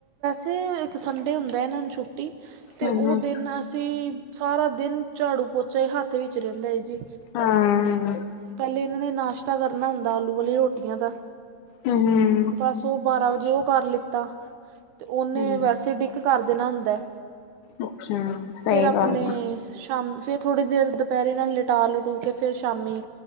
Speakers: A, on the right; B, on the left.
A: ਤੇ ਇੱਕ ਸੰਡੇ ਹੁੰਦਾ ਏਨਾਂ ਨੂੰ ਛੁੱਟੀ ਤੇ
B: ਹੂੰ,
A: ਓ
B: ਹੂੰ,
A: ਦਿਨ ਅਸੀਂ ਸਾਰਾ ਦਿਨ ਝਾੜੂ-ਪੋਚਾ ਈ ਹੱਥ ਵਿੱਚ ਰਹਿੰਦਾ ਐ ਜੀ।
B: ਹਾਂ,
A: ਪਹਿਲੇ ਨਾਸ਼ਤਾ ਕਰਨਾ ਹੁੰਦਾ ਆਲੂ ਵਾਲੀ ਰੋਟੀਆਂ ਦਾ
B: ਹੂੰ।
A: ਬਸ ਓ ਬਾਰਾਂ ਵਜੇ ਉਹ ਕਰ ਲਿੱਤਾ ਤੇ ਉਹਨੇ
B: ਹੂੰ।
A: ਵੈਸੇ ਡਿੱਕ ਕਰ ਦੇਣਾ ਹੁੰਦਾ।
B: ਅੱਛਾ ਸਹੀ
A: ਫੇਰ ਆਪਣੇ
B: ਗੱਲ ਆ
A: ਸ਼ਾਮ ਫੇਰ ਥੋੜ੍ਹੀ ਦੇਰ ਦੁਪਹਿਰੇ ਇਹਨਾਂ ਨੂੰ ਲੇਟਾ ਲਟੁ ਕੇ ਫੇਰ ਸ਼ਾਮੀ